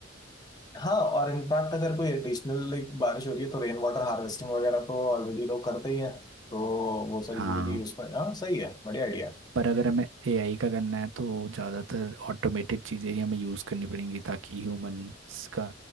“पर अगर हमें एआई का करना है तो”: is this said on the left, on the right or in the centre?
Right